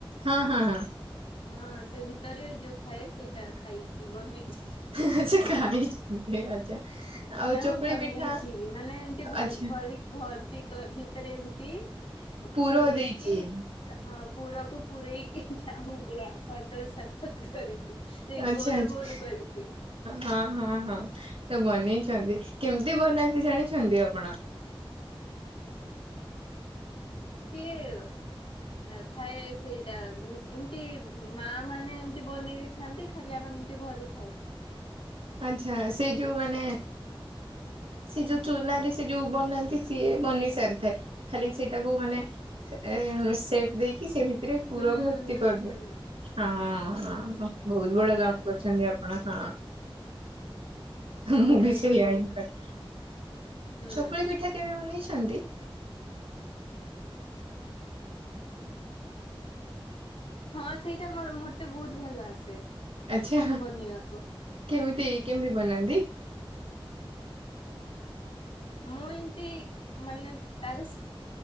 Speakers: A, on the right (about 80°); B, on the left (about 70°).
A: ହଁ ହଁ।
B: ହଁ ସେ ଭିତରେ ଯୋଉ ଥାଏ ସେଇଟା। ଖାଇଛି ବନଛି।
A: ଆଚ୍ଛା <inaudible> ଆଉ
B: ନା
A: ଚକୁଳି
B: ମୁଁ ବନେଇ
A: ପିଠା
B: ଯିବି ମାନେ ଏମତି ଭ
A: ଆଚ୍ଛା
B: ଭର୍ତ୍ତି କରି ଦିଏ <inaudible>
A: ପୁର
B: ପରେଇକି
A: ଦେଇକି
B: ହଁ। ପୁରକୁ ପୁରେଇ। ମଙ୍କ ସର୍କଲ ସର୍କଲ କରିଛି ଏ
A: ଆଚ୍ଛା
B: ଗୋଲ
A: ଆଚ୍ଛା
B: ଗୋଲ କରିଛି।
A: ହଁ ହଁ ହଁ ତ ବନେଇଛନ୍ତି କେମିତି ବନାନ୍ତି ଜାଣିଛନ୍ତି ଆପଣ?
B: ସିଏ ଥାଏ ସେଇଟା ଏମିତି ମା ମାନେ ଏମତି ବନେଇ ଦେଇଥାନ୍ତି ଖାଲି ଆମେ ଏମିତି ଭରୁଥାଉ।
A: ଆଛା ସେ ଯୋଉ ମାନେ ସେ ଯୋଉ ଚୁନ ାରେ ସେ ଯୋଉ ବନନାହାନ୍ତି ସିଏ ବନି ସାରିଥାଏ ଖାଲି ସେଇଟାକୁ ମାନେ ଏ ସେପ ଦେଇକି ସେ ଭିତ ଥିରେ ପୁର
B: ହୁଁ
A: ଭର୍ତ୍ତି
B: ହୁଁ
A: କରିଲେ
B: ହୁଁ
A: ହଁ
B: ହୁଁ।
A: ହଁ ବହୁତ
B: ସେଇଟା
A: ବଡ କାମ କର ଅଛନ୍ତି। ଆଣ।
B: ସେଇଟା
A: ମୁଁ ବି ସେଇଆ
B: ଯୋଉ
A: କରି
B: ହୁଁ
A: ଚକୁଳି ପିଠା କେବେ ବନେଇଚ? ଦିଅନ୍ତି।
B: ହଁ ସେଇଟା ମତେ ବହୁତ ଭଲ ଆସେ।
A: ଆଛା
B: ବନେଇବାକୁ।
A: କେମିତି? କେମିତି ବନାନ୍ତି?
B: ମୁଁ ଏମିତି ମାନେ ତାର